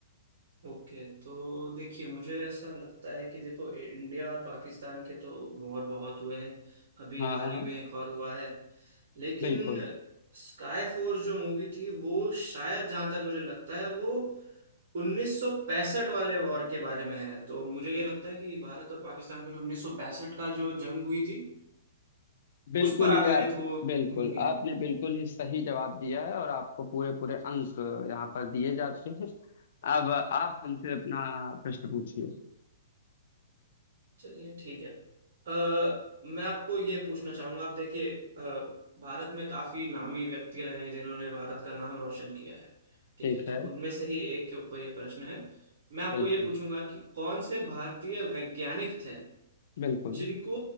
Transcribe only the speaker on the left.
हाँ
हाँ,
बिल्कुल
बिल्कुल
ही आप
बिल्कुल
आपने
बिल्कुल ही सही जवाब दिया है और आपको पूरे पूरे अंक यहाँ पर दिए जाते हैं अब आप हमसे अपना प्रश्न पूछिए
ठीक
है
बिल्कुल
बिल्कुल